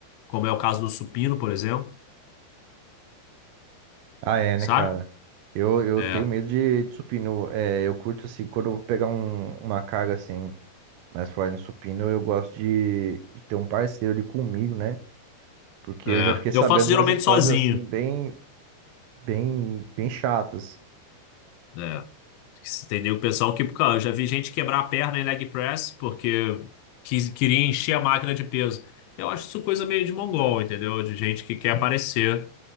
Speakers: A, on the left (about 85°); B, on the right (about 80°).
A: como é o caso do supino, por exemplo,
B: Ah, é, né,
A: sabe?
B: cara? Eu, eu
A: É,
B: tenho medo de, de supino. É, eu curto, assim, quando eu vou pegar um- uma carga, assim, mais forte no supino, eu gosto de, de ter um parceiro ali comigo, né? Porque
A: é.
B: eu já fiquei sabendo
A: Eu faço
B: umas
A: geralmente
B: histórias,
A: sozinho,
B: assim, bem, bem, bem chatas.
A: né? Entendeu? O pessoal que, cara, eu já vi gente quebrar a perna em leg press porque quis, queria encher a máquina de peso. Eu acho isso coisa meio de mongol, entendeu? De gente que quer aparecer